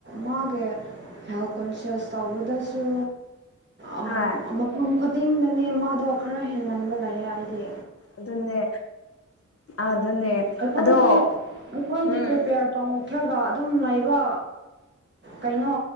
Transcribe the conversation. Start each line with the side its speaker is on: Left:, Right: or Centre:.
Right: ꯃꯥꯒꯤ ꯍꯦꯜꯊ ꯀꯟꯁꯤꯌꯦꯁ ꯇꯧꯕꯗꯁꯨ ꯑꯥ
Left: ꯍꯣꯏ
Right: ꯃꯐꯝ ꯈꯨꯗꯤꯡꯗꯅꯦ ꯃꯥꯗꯣ ꯈꯔ ꯍꯦꯟꯃꯟꯕ ꯂꯩꯌꯦ ꯍꯥꯏꯗꯤ
Left: ꯑꯗꯨꯅꯦ ꯑꯗꯨꯅꯦ
Right: ꯑꯩꯈꯣꯏꯗꯤ
Left: ꯑꯗꯣ
Right: ꯑꯩꯈꯣꯏꯗꯤ
Left: ꯎꯝ
Right: ꯄ꯭ꯔꯤꯄꯦꯌꯔ ꯇꯧꯔꯛꯇ꯭ꯔꯒ ꯑꯗꯨꯝ ꯂꯩꯕ ꯀꯩꯅꯣ